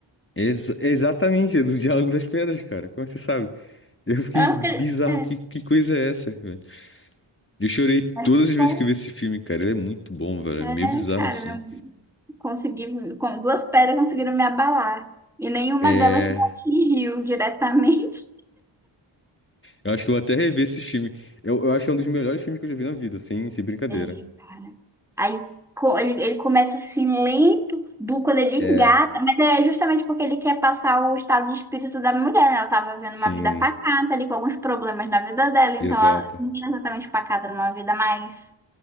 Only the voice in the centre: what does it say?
Eu não
acredito. É.
mas que
foi.
É,
cara,
eu consegui, com duas pedras conseguiram me abalar. E nenhuma
delas me atingiu diretamente.
Aí, cara. Aí co- ele, ele começa assim lento, do quando ele engata,
mas é justamente porque ele quer passar o estado de espírito da mulher, né? Ela tava vivendo
uma vida pacata ali, com alguns problemas na vida dela, então
ela não era exatamente pacata, era uma vida mais.